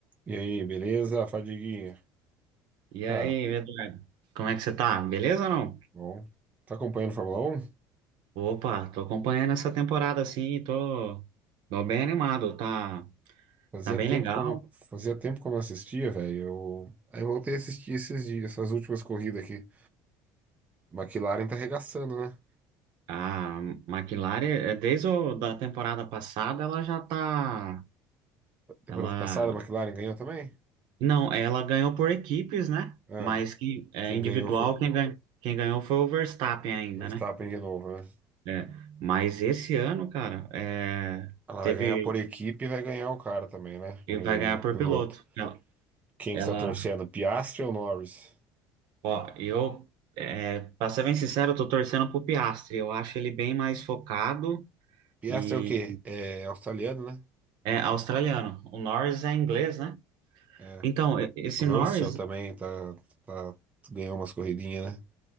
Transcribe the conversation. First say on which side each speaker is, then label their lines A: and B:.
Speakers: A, on the right; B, on the right.
A: E aí, beleza, Fadiguinha?
B: E
A: Cara,
B: aí, Eduardo? Como é que você tá? Beleza ou não?
A: bom. Tá acompanhando Fórmula um.
B: Opa, tô acompanhando essa temporada assim, tô, tô bem animado, tá,
A: Fazia
B: tá bem
A: tempo
B: legal.
A: que eu não, fazia tempo que eu não assistia, velho. Eu, aí eu voltei a assistir esses dias, essas últimas corridas aqui. McLaren tá arregaçando, né?
B: A McLaren, é, desde o, da temporada passada, ela já tá,
A: Temporada
B: ela,
A: passada, a McLaren ganhou também?
B: não, ela ganhou por equipes, né?
A: Ah,
B: Mas que é
A: quem
B: individual,
A: ganhou foi
B: quem ganhou, quem ganhou foi o Verstappen ainda,
A: Verstappen
B: né?
A: de novo, né?
B: É, mas esse ano, cara, é,
A: Ela
B: teve,
A: vai ganhar por equipe e vai ganhar o cara também, né?
B: e
A: O
B: vai ganhar por
A: piloto.
B: piloto. Ela,
A: Quem
B: ela
A: que está torcendo? Piastri ou Norris?
B: Ó, eu, é, pra ser bem sincero, eu tô torcendo pro Piastri. Eu acho ele bem mais focado
A: Piastri
B: e
A: é o quê? É australiano, né?
B: é australiano. O Norris é inglês, né?
A: É.
B: Então, e- esse
A: Russell
B: Norris,
A: também tá, tá- ganhou umas corridinhas, né?